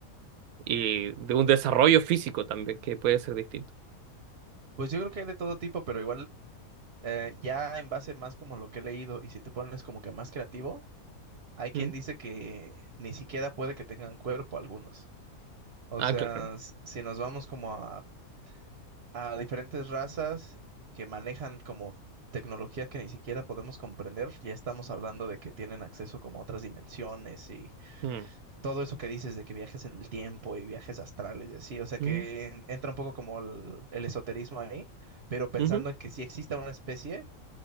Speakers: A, on the right (about 80°); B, on the right (about 50°).
A: y de un desarrollo físico también que puede ser distinto.
B: Pues yo creo que hay de todo tipo, pero igual eh, ya en base más como lo que he leído y si te pones como que más creativo, hay quien
A: ¿Mm?
B: dice que ni siquiera puede que tengan cuerpo algunos. O
A: Ah,
B: sea,
A: claro.
B: s- si nos vamos como a, a diferentes razas que manejan como tecnología que ni siquiera podemos comprender, ya estamos hablando de que tienen acceso como a otras dimensiones y
A: Mm,
B: todo eso que dices de que viajes en el tiempo y viajes astrales y así, o sea
A: mm,
B: que en- entra un poco como el, el esoterismo ahí, pero pensando
A: ujú,
B: en que si exista una especie